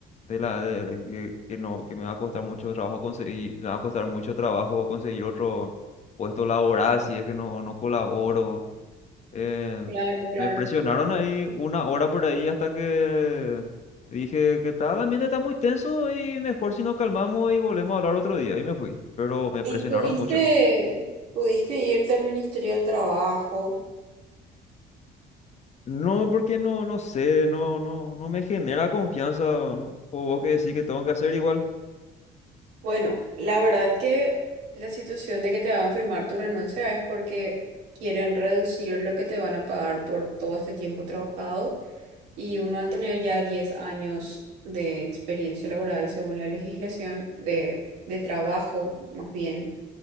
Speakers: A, on the left; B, on the right.
A: de la, de- que, que no, que me va a costar mucho trabajo conseguir, me va a costar mucho trabajo conseguir otro puesto laboral si es que no, no colaboro. Eh,
B: Claro, claro.
A: me presionaron ahí una hora por ahí hasta que dije que tal, el ambiente está muy tenso y mejor si nos calmamos y volvemos a hablar otro día. Y me fui, pero me
B: ¿Y
A: presionaron
B: pudiste,
A: mucho.
B: pudiste irte al Ministerio del Trabajo?
A: No, porque no, no sé, no, no, no me genera confianza, no, o vos que decís que tengo que hacer igual.
B: Bueno, la verdad que la situación de que te hagan firmar tu renuncia es porque quieren reducir lo que te van a pagar por todo este tiempo trabajado y uno al tener ya 10 años de experiencia laboral según la legislación de, de trabajo, más bien,